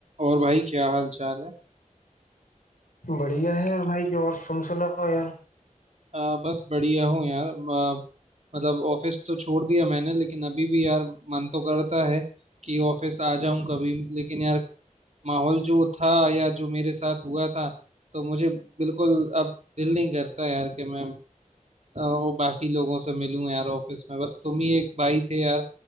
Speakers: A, on the right; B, on the left.
A: और भाई क्या हाल चाल है
B: बढ़िया है यार भाई और तुम सुनाओ यार
A: आ, बस बढ़िया हूँ यार आ, मतलब ऑफिस तो छोड़ दिया मैंने लेकिन अभी भी यार मन तो करता है कि ऑफिस आ जाऊं कभी लेकिन यार माहौल जो था या जो मेरे साथ हुआ था तो मुझे बिल्कुल अब दिल नहीं करता यार कि मैं आ, वो बाकी लोगों से मिलूं यार ऑफिस में बस तुम ही एक भाई थे यार